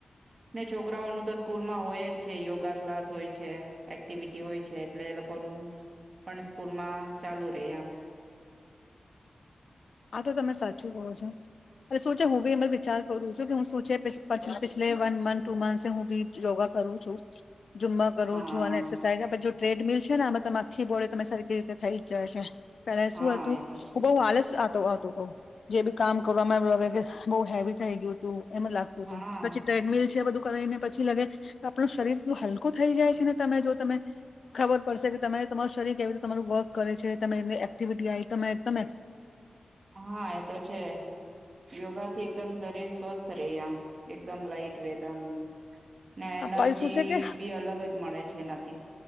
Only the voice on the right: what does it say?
ને છોકરાઓનું તો સ્કૂલમાં હોય જ છે યોગા ક્લાસ હોય છે એક્ટિવિટી હોય છે એટલે લોકો કોનું પણ સ્કૂલમાં ચાલુ રે એમ
હા
હા
એ તો છે
હા
હા એ તો છે યોગા થી એકદમ શરીર સ્વસ્થ રહે આમ એકદમ લાઈટ વેટ આમ ને એનર્જી
બી અલગ જ મળે છે એનાથી